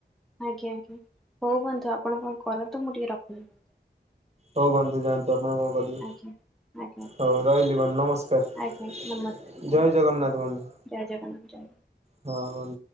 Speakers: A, in the centre; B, on the right (about 35°).
A: ଆଜ୍ଞା ଆଜ୍ଞା ହଉ ବୁନ୍ଧୁ ଆପଣ କଣ କରନ୍ତୁ ମୁଁ ଟିକେ ରଖଦିନ୍ତୁ
B: ହଉ ବନ୍ୁ ଜା ଆପଣ କଣ କରିବେ
A: ଆଜ୍ଞା ଆଜ୍ଞା
B: ହଉ ରହିଲି ବନ୍ଧ ନମସ୍କାର
A: ଆଜ୍ଞା ନମସ୍କାର
B: ଜୟ ଜଗନ୍ନାଥ ବନ୍ଧୁ
A: ଜୟ ଜଗନ୍ନାଥ ଜୟ
B: ହଁ